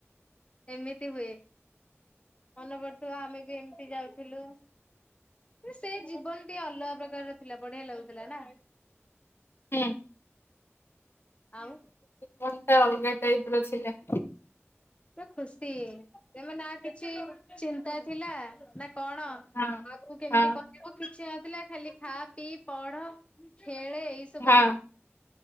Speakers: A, on the left (about 25°); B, on the left (about 55°).
A: ଏମିତି ହୁଏ ମନେ ପଡୁଥିବ ଆମେ ବି ଏମିତି ଯାଉଥିଲୁ। ସେ ଜୀବନ ଟିକେ ଅଲଗା ପ୍ରକାରର ଥିଲା ବଢିଆ ଲାଗୁଥିଲା ନା?
B: ହୁଁ
A: ଆଉ
B: କଣଟା ଅଲଗା ଟାଇପର ଥିଲା?
A: ତ ଖୁସି ତମେ ନା କିଛି ଚିନ୍ତା ଥିଲା ନା କଣ
B: ହଁ।
A: ଆଗକୁ କେମିତି
B: ହଁ
A: କଟିବ କିଛି ନଥିଲା ଖାଲି ଖା ପିଇ ପଢ ଖେଳେ ଏଇ ସବୁ
B: ହଁ
A: ଜି